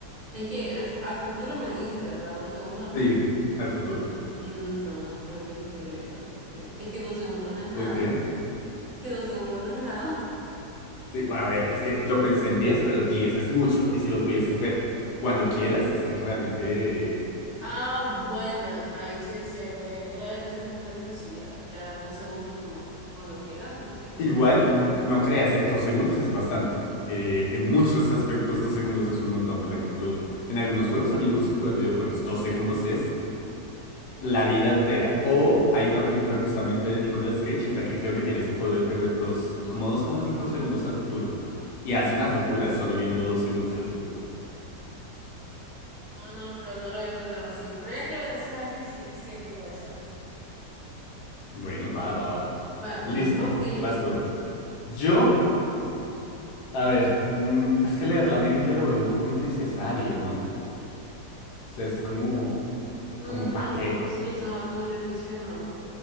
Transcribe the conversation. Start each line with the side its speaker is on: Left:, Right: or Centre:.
Right: Es que al, fu- al futuro me dijiste, ¿verdad? Dos segundos al
Left: Sí,
Right: futuro.
Left: al futuro.
Right: Mm, mm, no, creo que prefiero leer la mente. Es que dos segundos no es nada.
Left: ¿Por qué?
Right: Es que dos segundos no es nada. <laughs>
Left: Sí, a ver, es que lo pensé en 10, pero 10 es mucho. Y si lo pudieses ver cuando quieras, es que realmente...
Right: Ah, bueno, ahí sí es cierto. Y viéndolo desde ese punto de vista, sí, ya, ya dos segundos como cuando quiera, sí es bastante.
Left: Igual, no creas, ¿eh? Dos segundos es bastante. Eh, en muchos aspectos, dos segundos es un montón. Por ejemplo, en algunos juegos, a mí me gusta jugar videojuegos. Dos segundos es la vida entera. O hay una película justamente de Nicolas Cage en la que creo que tiene ese poder de ver dos, como 2,5 segundos al futuro. Y hace unas locuras solo viendo dos segundos al futuro.
Right: Ah, pues. No, no, pero no lo había pensado así. Pero ya que lo decís así, sí, sí elijo esa.
Left: Bueno, va, va, va.
Right: Vaya,
Left: Listo,
Right: pues, ¿y vos qué elegirías?
Left: vas tú. Yo, a ver, mm, es que leer la mente lo veo un poco innecesario, ¿no? O sea, es como,
Right: Mm,
Left: como ¿para
Right: no,
Left: qué?
Right: si lo usas a tu beneficio, no.